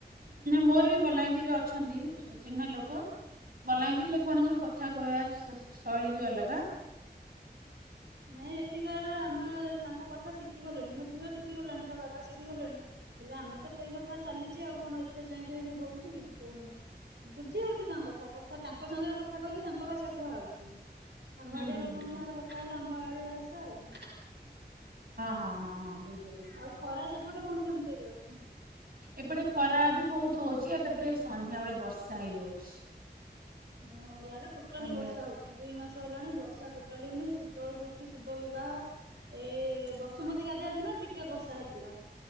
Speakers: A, on the right; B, on the right.
A: ମୋର ବି ବଲାଙ୍ଗୀରରେ ଅଛନ୍ତି ଚିହ୍ନା ଲୋକ ବଲାଙ୍ଗୀର ଲୋକମାନଙ୍କର କଥା କହିବା ଶୈଳୀ ବି ଅଲଗା
B: ନାଇଁ ଏଠିକାର ଆମେ ତାଙ୍କ କଥା ଶିଖି ଗଲେଣି ମୋ ଝିଅ ଶିଖିଗଲାଣି ତା ବାବା ଶିଖି ଗଲେଣି ହେଲେ ଆମେ ତ ସେଇ କଥା ଚାଲିଛି ଆଉ କଣ ଏତେ ଚେଞ୍ଜ୍ ହେଇ ହଉଛି କି ହଉନି ବୁଝି ହଉଛି ତାଙ୍କ କଥା କଥା ତାଙ୍କ ସାଙ୍ଗରେ କଥା କହିଲେ ତାଙ୍କ ଭାଷା କୁହାହଉଛି ଆମ
A: ହୁଁ
B: ଆଡିଆ
A: ହୁଁ
B: ଲୋକଙ୍କ
A: ହୁଁ ହଁ
B: ସାଙ୍ଗରେ କଥା ହେଲେ <unintelligible> ଆ ଆ
A: ହଁ ହଁ ହଁ ବୁଝିଲି ବୁଝିଲି।
B: ଆଉ ଖରା ସେପଟେ କଣ କେମିତି ଏବେ ଅଛି
A: ଏପଟେ ଖରା ବି ବହୁତ ହଉଛି ଆଉ ତାପରେ ସନ୍ଧ୍ୟା ବେଳେ ବର୍ଷା ହେଇଯାଉଛି
B: ଓହୋ ଆଡେ ଟୋଟାଲି
A: ସନ୍ଧ୍ୟା
B: ବର୍ଷା ହଉଛି ଦୁଇ ମାସ ହେଲାଣି ବର୍ଷା ଟୋଟାଲି ହଉନି ଶୀତଳ ଷଷ୍ଠୀ ଶିବ ବିବାହ ଏ ବସୁମତୀ ଗାଧିଆ ଦିନ ଟିକେ ବର୍ଷା ହେଇଥିଲା